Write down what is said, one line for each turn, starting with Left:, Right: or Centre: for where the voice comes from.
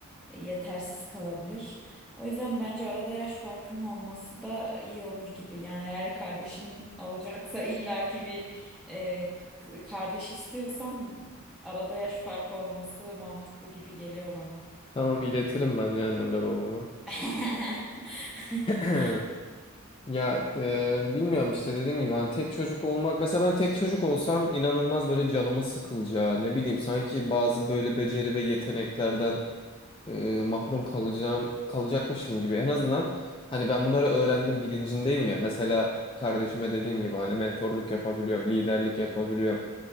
Centre: e, yetersiz kalabilir. O yüzden bence arada yaş farkının olması da iyi olur gibi. Yani eğer kardeşin alacaksa illaki bir e, k- kardeş istiyorsan arada yaş farkı olması mantıklı gibi geliyor bana.
Left: Tamam iletirim ben ya annemle babama.
Centre: <laughs>
Left: <clears throat> Ya e, bilmiyorum işte dediğim gibi hani tek çocuk olmak mesela ben tek çocuk olsam inanılmaz böyle canımın sıkılacağı ne bileyim sanki bazı böyle beceri ve yeteneklerden e, mahrum kalacağım kalacakmışım gibi. En azından hani ben bunları öğrendim bilincindeyim ya. Mesela kardeşime dediğim gibi hani mentorluk yapabiliyorum, liderlik yapabiliyorum